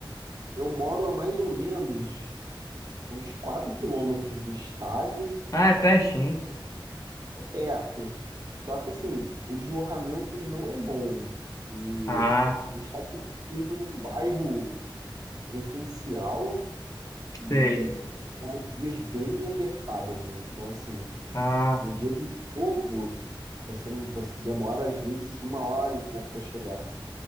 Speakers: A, on the right; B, on the left.
A: eu moro a mais ou menos uns 4 quilômetros do estádio,
B: Ah, é pertinho.
A: perto. Só que, assim, o deslocamento não é bom, porque
B: Ah,
A: o estádio foi construído num bairro residencial e
B: sei.
A: com as vias bem apertadas, né? Então, assim,
B: Ah,
A: no dia de jogo, você, você demora, às vezes, uma hora e pouco para chegar.